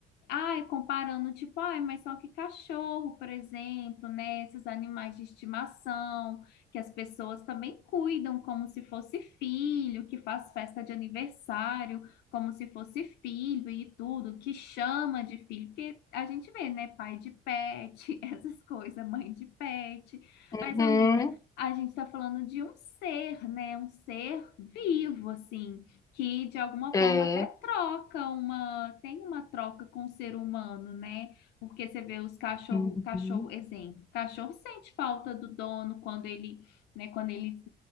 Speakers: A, on the left; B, on the left.
A: Ai, comparando, tipo, ai, mas só que cachorro, por exemplo, né? Esses animais de estimação, que as pessoas também cuidam como se fosse filho, que faz festa de aniversário como se fosse filho e tudo, que chama de filho, porque a gente vê, né? Pai de pet, <laughs> essas coisas, mãe de pet.
B: Uhum,
A: Mas, amiga, a gente tá falando de um ser, né? Um ser vivo, assim que de alguma
B: é.
A: forma até troca uma, tem uma troca com o ser humano, né? Porque você vê os cachorro,
B: Uhum.
A: cachorro, exemplo, cachorro sente falta do dono quando ele, né, quando ele